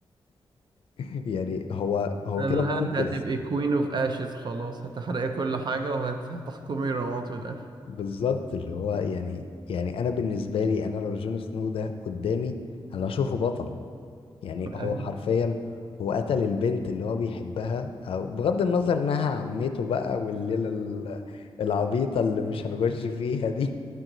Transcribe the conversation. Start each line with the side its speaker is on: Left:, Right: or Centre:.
Left: <laughs> يعني هو هو
Right: قال
Left: كده منقذ
Right: لها انت هتبقي كوين اوف اشز خلاص هتحرقي كل حاجة وهتحكمي رماد في الاخر
Left: بالظبط اللي هو يعني يعني انا بالنسبة لي انا لو جون سنو ده قدامي انا اشوفه بطل يعني هو
Right: ايوه
Left: حرفيا هو قتل البنت اللي هو بيحبها او بغض النظر انها عمته بقى والليلة ال- العبيطة اللي مش هنخش فيها دي